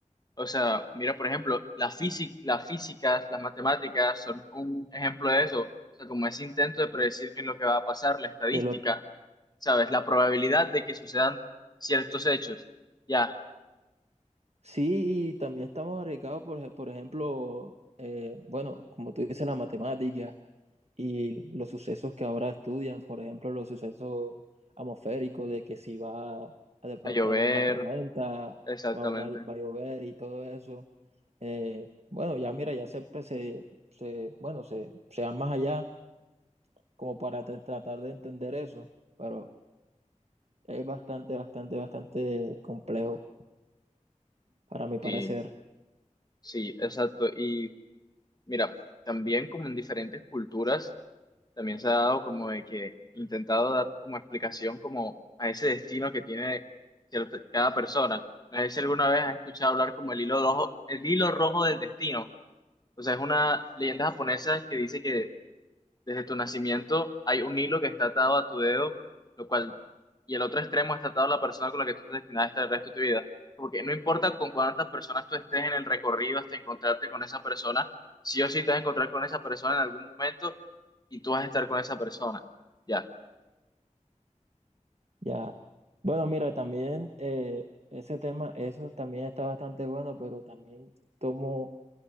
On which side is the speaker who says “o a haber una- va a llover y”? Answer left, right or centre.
Right